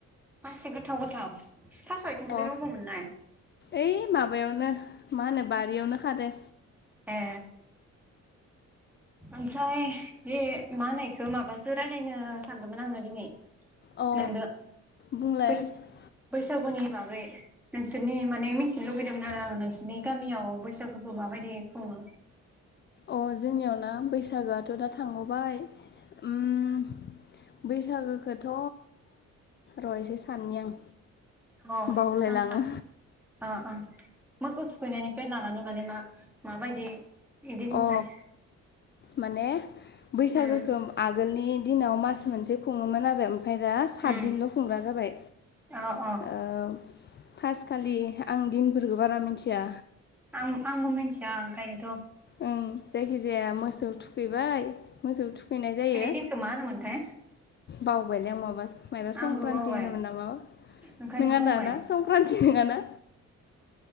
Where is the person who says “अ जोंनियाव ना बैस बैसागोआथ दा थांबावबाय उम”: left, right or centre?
Left